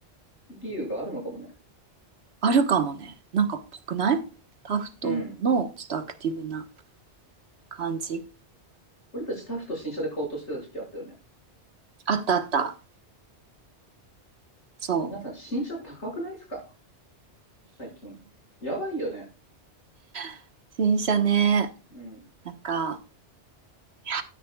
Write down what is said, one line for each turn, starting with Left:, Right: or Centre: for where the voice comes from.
Left: 理由があるのかもね。
Right: あるかもね。なんかっぽくないタフトのちょっとアクティブな
Left: うん。
Right: 感じ。
Left: 俺たちタフと新車で買おうとしてた時期あったよね。
Right: あったあった。そ
Left: 皆さん新車高くないですか最近。やばいよね。
Right: う。新車ね。
Left: うん。
Right: なんか、いや